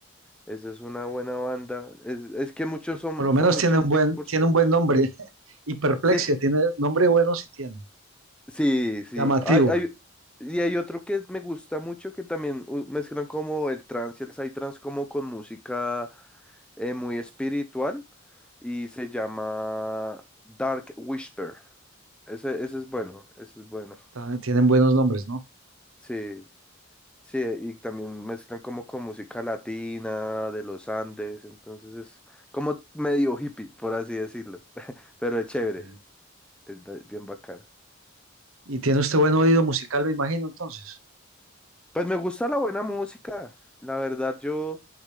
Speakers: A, in the centre; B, on the right.
A: Esa es una buena banda. Es, es que muchos son,
B: Por lo menos
A: son muchos
B: tiene un buen,
A: beats por
B: tiene
A: segundos.
B: un buen nombre. <laughs> Hiperplexia,
A: Sí,
B: tiene nombre bueno si tiene.
A: sí, sí.
B: Llamativo.
A: Hay, hay, y hay otro que me gusta mucho que también uh, mezclan como el trance y el psytrance como con música eh, muy espiritual y se llama Dark Whisper. Ese, ese es
B: Ok,
A: bueno, ese es bueno.
B: Ta- Tienen buenos nombres, ¿no?
A: Sí, sí, y también mezclan como con música latina de los Andes, entonces es como medio hippie, por así decirlo, <laughs> pero es chévere.
B: ok,
A: Es ba- bien bacana.
B: Y tiene usted buen oído musical, me imagino, entonces.
A: Pues me gusta la buena música. La verdad, yo,